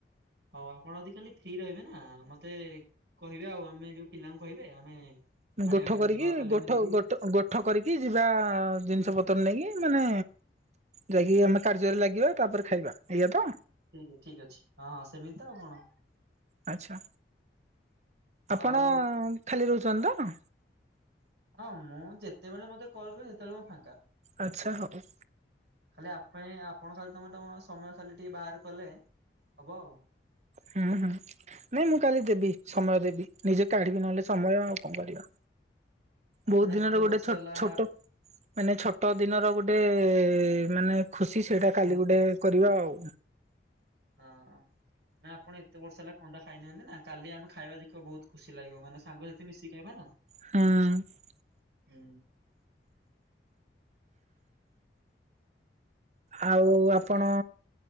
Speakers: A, on the right (about 75°); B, on the right (about 40°).
A: ହଉ ଆପଣ ଯଦି କାଲି ଫ୍ରି ରହିବେନା ମତେ କହିବେ ଆଉ ଆମେ ଯୋଉ ପିଲାଙ୍କୁ କହିବେ ଆମେ ଆଣିବା
B: ଗୋଠ
A: କାଲି
B: କରିକି
A: ଯିବା କାଲି
B: ଗୋଠ
A: ମୁଁ ଯିବି
B: ଗୋଠ ଗୋ ଗୋଠ କରିକି ଯିବା ଜିନିଷ ପତ୍ର ନେଇକି ମାନେ ଯାଇକି ଆମେ କାର୍ଯ୍ୟରେ ଲାଗିବା ତାପରେ ଖାଇବା ଏଇଆତ?
A: ଠିକ୍ ଅ ଠିକ୍ ଅଛି ହଁ ହଁ ସେମିତିତ ଆଉ କଣ।
B: ଆଚ୍ଛା ଆପଣ
A: ଆଉ
B: ଖାଲି ରହୁଚନ୍ତିତ?
A: ହଁ ମୁଁ ଯେତେବେଳେ ମତେ କଲ୍ କରିବେ ସେତେବେଳେ ମୁଁ ଫାଙ୍କା।
B: ଆଚ୍ଛା ହଉ।
A: ଖାଲି ଆପଣ ଆପଣ ଖାଲି ତମେ ତମ ସମୟ ଖାଲି ଟିକେ ବାହାର କଲେ ହବ ଆଉ।
B: ହୁଁ ହୁଁ ନାଇଁ ମୁଁ କାଲି ଦେବି ସମୟ ଦେବି ନିଜେ କାଢିବି ନହେଲେ ସମୟ ଆଉ କଣ କରିବା।
A: ଆପଣ
B: ବହୁତ୍
A: ଏତେ
B: ଦିନର ଗୋଟେ
A: ବର୍ଷ
B: ଛୋ
A: ହେଲା
B: ଛୋଟ ମାନେ ଛୋଟ ଦିନର ଗୋଟେ ମାନେ ଖୁସି ସେଇଟା
A: ସ୍ମୃତି
B: କାଲି ଗୋଟେ କରିବା ଆଉ।
A: ହଁ ନା ଆପଣ ଏତେ ବର୍ଷ ହେଲା ଅଣ୍ଡା ଖାଇନାହାନ୍ତିନା କାଲି ଆମେ ଖାଇବା ଦେଖିବା ବହୁତ୍ ଖୁସି ଲାଗିବ ମାନେ ସାଙ୍ଗ ଯେଦି ମିଶି ଖାଇବାନା
B: ହୁଁ।
A: ହୁଁ
B: ଆଉ ଆପଣ